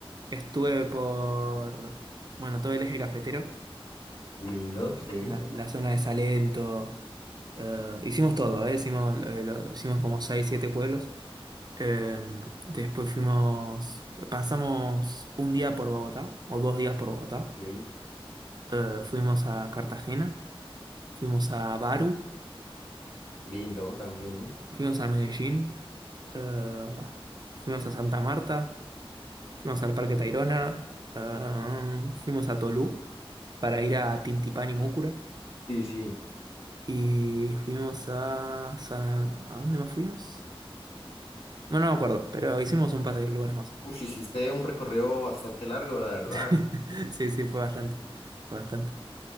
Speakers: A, on the right; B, on the left.
A: Estuve por, bueno, todo el eje cafetero,
B: Lindo,
A: eh,
B: sí,
A: la, la zona de Salento. Eh, hicimos todo, ¿eh? Hicimos, eh, lo- hicimos como 6, 7 pueblos. Eh, después fuimos, pasamos un día por Bogotá, o dos días por Bogotá.
B: sí,
A: Eh, fuimos a Cartagena, fuimos a Baru,
B: lindo también.
A: fuimos a Medellín. Eh, fuimos a Santa Marta, fuimos al Parque Tayrona, eh, fuimos a Tolú para ir a Tintipán y Múcura
B: Sí, sí.
A: y fuimos a San... ¿A dónde más fuimos? Bueno, no me acuerdo, pero hicimos un par de lugares más.
B: Uy, hiciste un recorrido bastante largo, la verdad.
A: <laughs> Sí, sí, fue bastante, fue bastante,